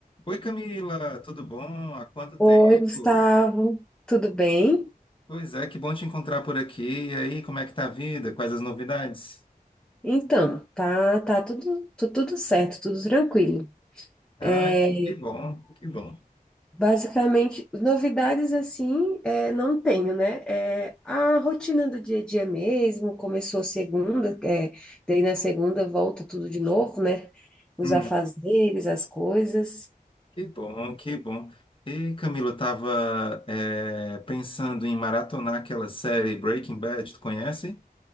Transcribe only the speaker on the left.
Oi Camila, tudo bom? Há quanto tempo?
Pois é, que bom te encontrar por aqui. E aí, como é que tá a vida? Quais as novidades?
Ah,
que bom, que bom.
Hum,
que bom, que bom. E Camila, eu tava eh, pensando em maratonar aquela série Breaking Bad, tu conhece?